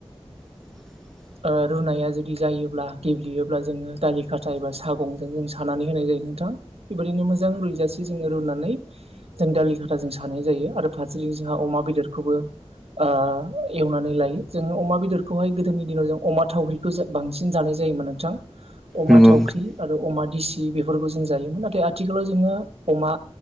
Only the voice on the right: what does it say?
ओ रुनाया जुदि जायोब्ला गेब्लेयोब्ला जोङो दालि खाथा एबा सागंजों जों सानानै होनाय जायो नोंथां बेबायदिनो मोजां रुइजासे जोङो रुनानै जों दालि खाथा जों सानाय जायो आरो फार सेथिं जोंहा अमा बेदरखौबो ओ एवनानै लायो जोङो अमा बेदरखौहाय गोदोनि दिनाव जों अमा थावख्रिखौ बांसिन जानाय जायोमोन नोंथां अमा
थावख्रि
आरो अमा दिसि बेफोरखौ जों जायोमोन नाथाय आथिखालाव जोङो अमा